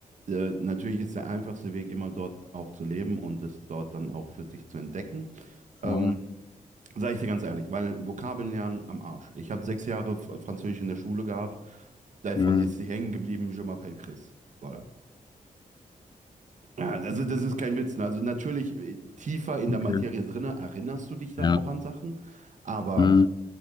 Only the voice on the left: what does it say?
Voll.
Mhm.
Okay.
Ja.
Mhm.